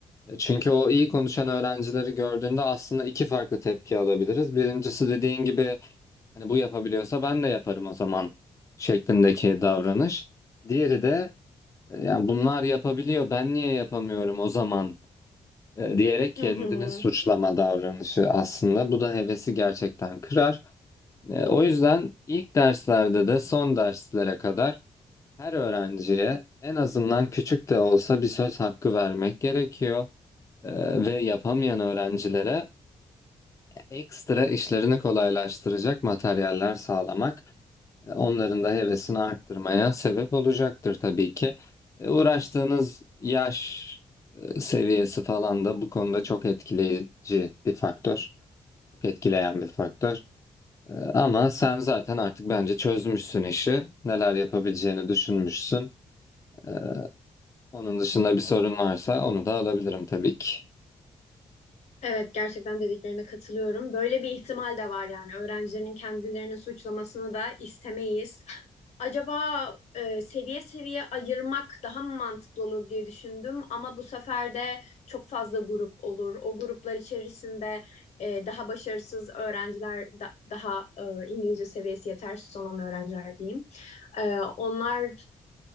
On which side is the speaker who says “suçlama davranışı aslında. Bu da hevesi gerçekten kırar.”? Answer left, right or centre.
Left